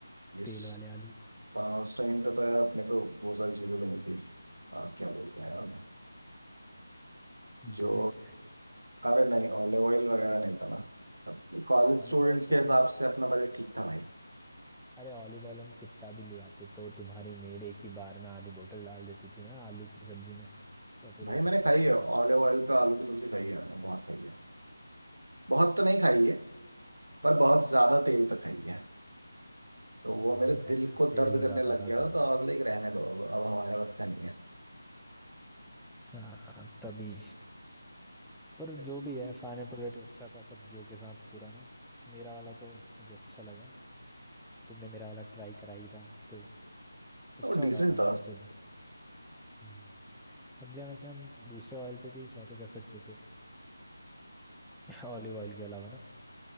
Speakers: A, on the right (about 85°); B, in the centre.
A: यस
B: तेल वाले आलू
A: उस टाइम पे तो यार अपने पे बहुत सारी चीज़ें भी नहीं थी आ, क्या बोलते हैं यार
B: बजट
A: जो अरे नहीं ऑलिव ऑयल वगैरह नहीं था ना कॉलेज
B: ऑलिव
A: स्टूडेंट्स
B: ऑयल
A: के
B: तो
A: हिसाब
B: फिर
A: से अपना बजट ठीक था भाई
B: अरे ऑलिव ऑयल हम कितना भी ले आते तो तुम्हारी मेड एक ही बार में आधी बोतल डाल देती थी ना आलू की सब्जी में तो फिर
A: भाई
B: वो दिक्कत
A: मैंने खाई
B: करता
A: है
B: था।
A: ऑलिव ऑयल पे आलू की सब्जी खाई है मैंने बहुत खाई है बहुत तो नहीं खाई है पर बहुत ज्यादा तेल पे खाई है तो वो
B: हाँ,
A: मेरे
B: वो
A: दिल
B: एक्सेस
A: को
B: तेल
A: दर्द
B: हो
A: करने
B: जाता
A: लग
B: था
A: गया था
B: तो
A: तो और लाइक रहने दो अब अब हमारे बस का नहीं है
B: हाँ हाँ, तभी पर
A: Yes।
B: जो भी है फाइनल प्रोडक्ट अच्छा था सब्जियों के साथ पूरा ना मेरा वाला तो मुझे अच्छा लगा तुमने मेरा वाला ट्राई कराई था तो अच्छा
A: और डिसेंट
B: हो रहा था
A: था
B: मतलब सब हम्म। सब्जियां वैसे हम दूसरे ऑयल पे भी सौते कर सकते थे <laughs> ऑलिव ऑयल के अलावा ना